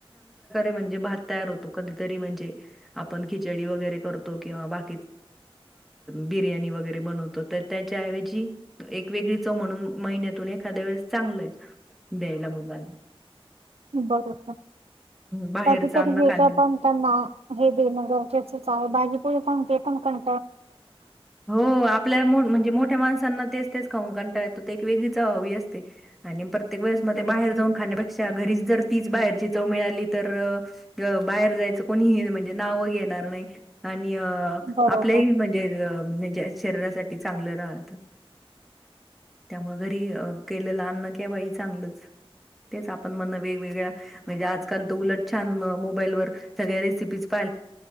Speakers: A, in the centre; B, on the right.
A: म्हण भत क म्हण आप ख वा बा बिणी वरे बनत त्याव एक वेगळी चव म्हणून महिन्यातून एखाद्या वेळेस चांगलंय द्यायला मोबाल
B: बरं
A: बाहेरचं
B: कधी तरी
A: अन्न
B: वेच्या
A: खाल्ले
B: पण त्यांना हे देणं गरजेचेच आहे भाजी त फ जे पण कळ
A: हो आप आपल्या म्हणजे मोठ्या माणसांना तेच तेच खाऊना येतो एक वेगळीच चव हवी असते आणि प्रत्येक वेळे मध्ये बाहेर जाऊन खाण्यापेक्षा घरीच जर तीच बाहेरची चव मिळाली तर बाहेर जायचं कोणी नाव येणार नाही आणि
B: बरोबर
A: आपले म्हणजे शरीसाठी चांगलं राहत त्या मुळे घरी केलंल अन्न केव्हाही चांगलंच तेच आपण म्हण वेगवेगळ्या म्हणजे आजकाल तर उलट छान मोबाईल वर सगळ्या रेसिपीज पा